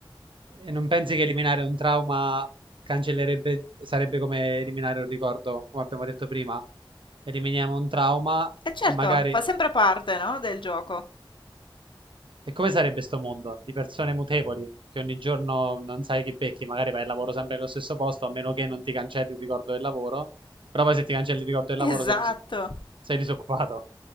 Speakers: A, on the right; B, on the left.
A: E non pensi che eliminare un trauma cancellerebbe, sarebbe come eliminare un ricordo, come abbiamo detto prima? Eliminiamo un trauma
B: E certo,
A: e magari...
B: fa sempre parte, no, del gioco.
A: E come sarebbe sto mondo di persone mutevoli che ogni giorno non sai chi becchi, magari vai al lavoro sempre nello stesso posto, a meno che non ti cancelli il ricordo del lavoro, però poi se ti cancelli il ricordo del
B: <laughs>
A: lavoro
B: Esatto.
A: sei, dis- sei disoccupato